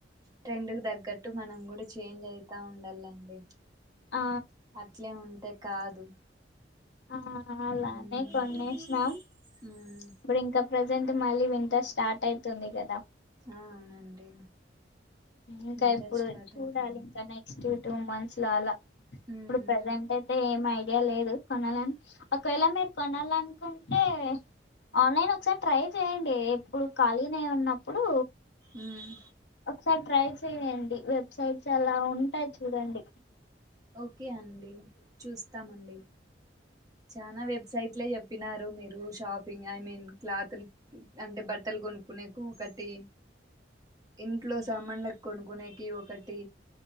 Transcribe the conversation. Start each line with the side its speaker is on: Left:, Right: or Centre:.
Right: ట్రెండ్ కు తగ్గట్టు మనం కూడా చేంజ్ అయితా ఉండాలండి
Left: ఆ
Right: అట్లే ఉంటే కాదు
Left: ఆ అలానే
Right: మ్మ్
Left: కొనేసినా
Right: మ్మ్
Left: ఇప్పుడు ఇంకా ప్రజెంట్ మళ్ళీ వింటర్ స్టార్ట్ అయితుంది కదా
Right: ఆ అవునండి
Left: ఇంకా
Right: ఇంటర్
Left: ఇప్పుడు
Right: స్టార్ట్
Left: చూడాలి
Right: అయితుంది
Left: ఇంక నే క్స్ట్ టూ మంత్స్ల అలా ఇప్పుడు
Right: మ్మ్
Left: ప్రజెంట్ అయితే ఏం ఐడియా లేదు కొనలన్ ఒకవేళ మీరు కొనాలనుకుంటే ఆన్లైన్ ఒకసారి ట్రై చేయ్యండి ఇప్పుడు ఖాళీగనే ఉన్నప్పుడు
Right: ఉమ్
Left: ఒకసారి ట్రై చెయ్యండి వెబ్సైట్స్ అలా ఉంటాయి చూడండి
Right: ఓకే అండి చూస్తామండి చానా వెబ్సైట్లే చెప్ ప్పినారు మీరు షాపింగ్ అని మీన్ క్లాత్లు అంటే బట్టలు కొనుక్కునేకు ఒకటి ఇంట్లో సామాన్లకు కొనుకునేకి ఒకటి